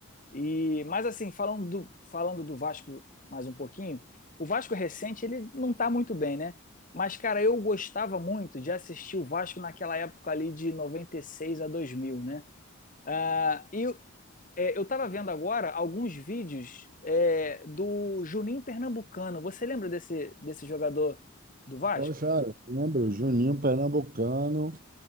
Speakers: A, on the left (about 40°); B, on the right (about 40°).
A: E, mas assim, falando do, falando do Vasco mais um pouquinho, o Vasco recente ele não tá muito bem, né? Mas, cara, eu gostava muito de assistir o Vasco naquela época ali de 96 a 2000, né? Ah, e é, eu tava vendo agora alguns vídeos é, do Juninho Pernambucano. Você lembra desse, desse jogador do Vasco?
B: poxa, lembro, Juninho Pernambucano,